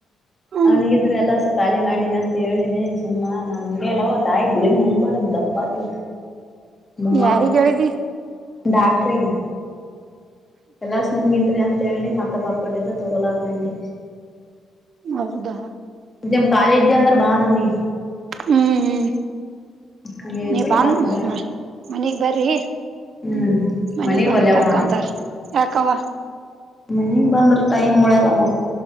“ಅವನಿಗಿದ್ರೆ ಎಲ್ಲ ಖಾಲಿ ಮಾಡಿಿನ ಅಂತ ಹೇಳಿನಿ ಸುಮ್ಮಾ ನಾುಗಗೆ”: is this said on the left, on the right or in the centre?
Left